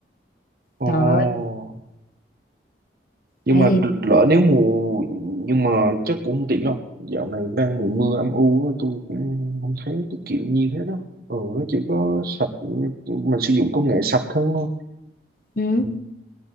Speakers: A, on the right (about 55°); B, on the left (about 50°).
A: Ồ,
B: trời ơi
A: nhưng
B: tại
A: mà
B: vì
A: lỡ nếu mùa nhưng mà chắc cũng không tiện đâu dạo này đang mùa mưa âm u á, tôi cũng không thấy cái kiểu như thế đó ừ nó chỉ có sạch mình sử dụng công nghệ sạch hơn thôi
B: ừ.
A: ừ.